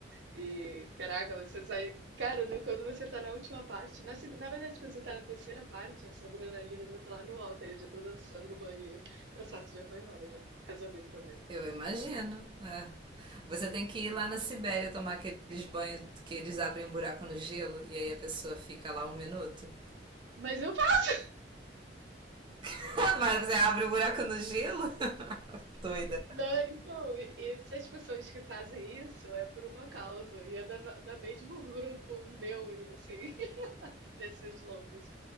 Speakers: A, on the right (about 85°); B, on the right (about 25°).
A: E, caraca, você sai. Cara, né, quando você tá na última parte, na, seg- na verdade, quando você tá na terceira parte, essa adrenalina já tá lá no alto, aí eu já tô dançando no banheiro, cansaço já foi embora, já. Resolvido o problema.
B: Eu imagino. É. Você tem que ir lá na Sibéria tomar aqueles banhos que eles abrem um buraco no gelo e aí a pessoa fica lá um minuto.
A: Mas eu faço,
B: <laughs> Mas você abre o buraco no gelo? <laughs> Doida.
A: né? Então, e- e se as pessoas que fazem isso é por uma causa, e é da, da mesmo grupo meu, e assim, <laughs> desses loucos.